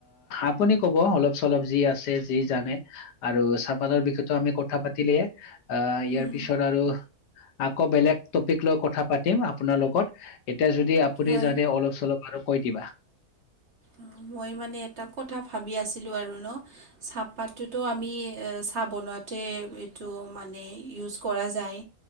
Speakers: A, on the left (about 85°); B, on the right (about 45°).
A: আপুনি ক'ব অলপ, চলপ যি আছে যি জানে আৰু চাহপাতৰ বিষয়ো আমি কথা পাতিলেয়ে আহ ইয়াৰ
B: উম,
A: পিছত আৰু আকৌ বেলেগ টপিক লৈ কথা পাতিম আপোনাৰ লগত এতিয়া যদি আপুনি
B: হয়।
A: যাতে অলপ, চলপ আৰু কৈ দিবা।
B: অ, মই মানে এটা কথা ভাবি আছিলো আৰু ন। চাহপাতটোতো আমি চাহ বনোৱাতে এইটো মানে ইউজ কৰা যায়।